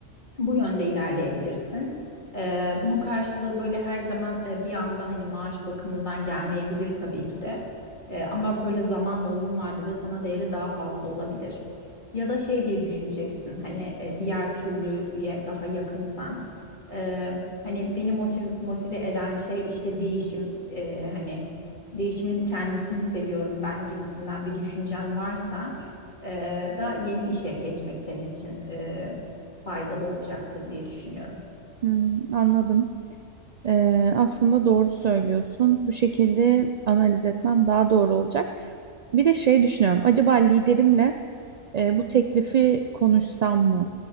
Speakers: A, on the left (about 40°); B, on the right (about 75°).
A: bu yönde ilerleyebilirsin. Ee, bunun karşılığı böyle her zaman e, bir anda hani maaş bakımından gelmeyebilir tabii ki de. Ee, ama böyle zamanla uzun vadede sana değeri daha fazla olabilir. Ya da şey diye düşüneceksin hani e, diğer türlüye daha yakınsan. e, hani beni motiv- motive eden şey işte değişim. e, hani değişimin kendisini seviyorum ben gibisinden bir düşüncen varsa e, da yeni işe geçmek senin için faydalı olacaktır diye düşünüyorum.
B: Hmm, anladım. Ee, aslında doğru söylüyorsun. Bu şekilde analiz etmem daha doğru olacak. Bir de şey düşünüyorum acaba liderimle e, bu teklifi konuşsam mı?